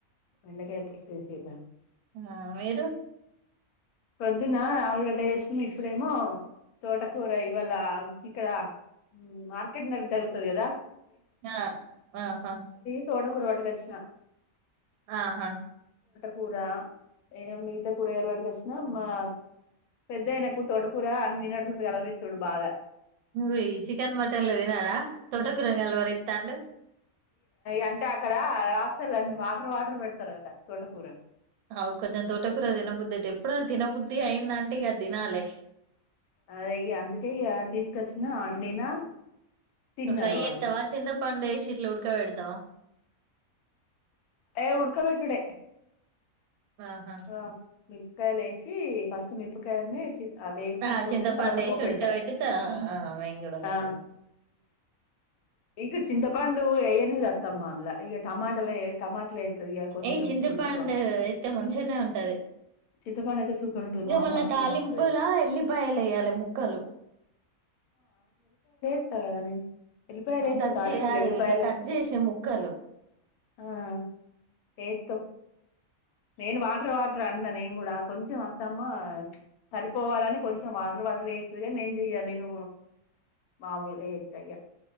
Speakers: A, on the left (about 85°); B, on the right (about 90°).
A: బెండకాయ పులిస వేసేద
B: ఆ మీరు
A: పొద్దున ఆలుగడ్డస్ ఇప్పుడేమో తోటకూర ఇవాళ ఇక్కడ మార్కెట్ మరకు జరుగుతుది కదా
B: ఆ ఆహా
A: తోట కురవాటుక వచ్చిన
B: ఆహా
A: కూర ఏ మిగతా కూర ఎలవాటుక వచ్చినా మా పెద్దయిన కూ తోట కూర అని నిన్నడుతుంది కలవ ఇత్తుడు బాగా
B: నువ్ చికెన్ మటన్లు తినడా తోట కూరంగలవరిస్తాండి
A: అంటే అక్కడ ఆసలున్న మా వాటర్ పెడతార అయి తోట కూర
B: అవు కొంచెం తోట కూర తినబుద్ధి అయితే ఎప్పుడునా తినబుద్ధి అయిందంటే ఇక తినాలి
A: అదే అందుకే ఇ తీసుకొచ్చిన అండినా తిన్నారు
B: ఫ్రై
A: వాళ్ళు
B: ఏత్తవా చింత పండేషి ఇట్ల ఉడకపెడా త్తవ
A: ఏ ఉడక పెట్టడే
B: ఆహా
A: ఆహ్ మిరపకాయలు వేసి ఫస్ట్ మిరపకాయని అవి వేసినాక
B: ఆ చింతపండు
A: ఉడుకని తర్వాత
B: వేసి
A: పోపు
B: ఉడకబెట్టి
A: పెడతా
B: త ఆ మేము కూడా అట్లనే
A: ఆహ్ ఇ చింతపండు వెయనిదు అత్తమ్మ అందులా ఇక టమాటలు వేత్తది ఇక కొంచెం
B: ఏ చింతపాండ
A: పులుపు
B: ఎత్తే మంచి మంచినే ఉంటది
A: చింతపండు అయితే సూపర్ ఉంటది
B: ఇక
A: మా
B: మళ్ళా
A: అమ్మ అట్నే
B: తాలింపులా
A: వండుతది
B: ఎల్లిపాయలు వయాలి ముక్కలు
A: <unintelligible> నే ఎల్లిపాయలు ఎతు
B: దంచి
A: తాలింపులు
B: కాదు
A: ఎలిపాయలు
B: ఇట్లా కట్
A: ఏతు
B: చేసే ముక్కలు
A: ఆహ్ ఎతు నేను వాటర్ వాటర్ అండ నేను కూడా కొంచెం అత్తమ్మ సరిపోవాలని కొంచెం వాటర్ వాటర్ వేస్తుగా నేను య నేను మామూలుగా ఎయ్య